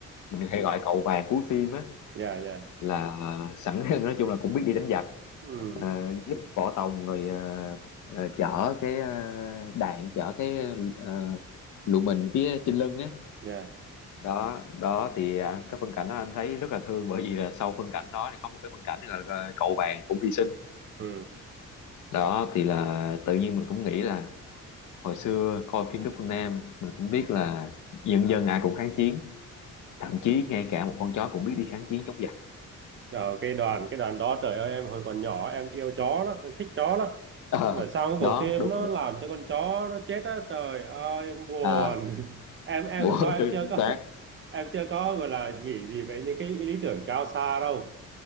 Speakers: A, on the left; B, on the right.
A: mình hay gọi cậu vàng cuối phim á
B: dạ dạ
A: là sẵn <laughs> nói chung là cũng biết đi đánh giặc
B: ừ
A: ờ, giúp võ tòng rồi ờ, ờ, chở cái ờ, đạn chở cái ờ, lụa mình phía trên lưng á
B: dạ
A: đó đó thì à, cái phân cảnh đó anh thấy rất là thương bởi vì là sau phân cảnh đó thì có một cái phân cảnh gọi là cậu vàng cũng hy sinh
B: ừ
A: đó thì là tự nhiên mình cũng nghĩ là hồi xưa coi phim Đức Phương Nam mình cũng biết là dân dân ai cũng kháng chiến thậm chí ngay cả một con chó cũng biết đi kháng chiến chống giặc
B: Ở cái đoàn cái đoàn đó trời ơi em hồi còn nhỏ em yêu chó lắm em thích chó lắm
A: Ờ,
B: mà sau cái
A: đó
B: bộ phim
A: đúng
B: nó
A: rồi
B: làm
A: đó.
B: cho con chó nó chết á trời ơi em buồn
A: à
B: <laughs> em em
A: bữa
B: lúc đó
A: <laughs>
B: em
A: đưa
B: chưa
A: chính
B: có
A: xác
B: <laughs> em chưa có gọi là nghĩ gì về những cái lý tưởng cao xa đâu